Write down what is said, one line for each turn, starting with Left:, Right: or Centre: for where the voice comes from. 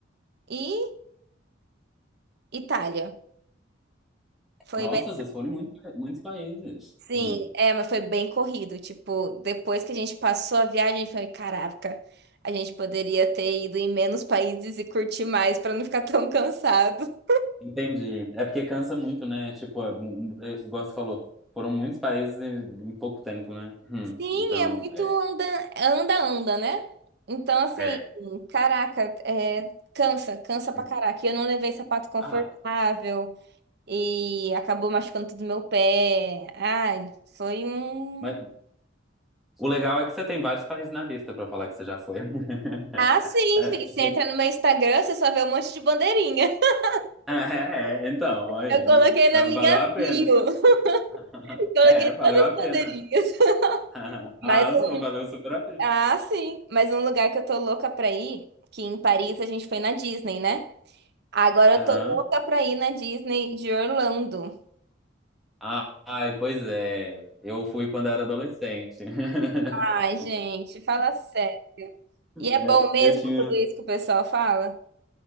Right: e Itália. Foi
Centre: Nossa,
Right: bem,
Centre: vocês foram em muito, muitos países.
Right: sim,
Centre: Hum,
Right: é, mas foi bem corrido. Tipo, depois que a gente passou a viagem, foi, caraca, a gente poderia ter ido em menos países e curtir mais para não ficar tão cansado.
Centre: entendi. É porque cansa muito, né? Tipo, é, mu- mu- é, igual você falou, foram muitos países em em pouco tempo, né? Hum,
Right: Sim,
Centre: então,
Right: é muito
Centre: é,
Right: anda, anda, anda, né? Então, assim,
Centre: é.
Right: caraca, é, cansa, cansa pra
Centre: Hum.
Right: caraca. E Eu não levei sapato confortável
Centre: Ah,
Right: e acabou machucando tudo meu pé. Ai, foi um.
Centre: mas o legal é que você tem vários países na lista pra falar que você já foi. <laughs>
Right: Ah, sim,
Centre: É,
Right: filho.
Centre: tipo,
Right: Você entra no meu Instagram, você só vê um monte de bandeirinha. <laughs>
Centre: é, <laughs> é, então, aí,
Right: Eu coloquei na minha
Centre: valeu a pena.
Right: bio. <laughs>
Centre: <laughs>
Right: Coloquei
Centre: É, valeu
Right: todas
Centre: a
Right: as
Centre: pena.
Right: bandeirinhas. <laughs>
Centre: <laughs> Arrasou,
Right: Mas um...
Centre: valeu super a pena.
Right: Ah, sim. Mas um lugar que eu tô louca pra ir, que em Paris a gente foi na Disney, né? Agora
Centre: Aham.
Right: eu tô louca pra ir na Disney de Orlando.
Centre: Ah, ai, pois é. Eu fui quando era adolescente. <laughs>
Right: Ai, gente, fala sério. E é
Centre: É,
Right: bom mesmo
Centre: é, eu tinha.
Right: tudo isso que o pessoal fala?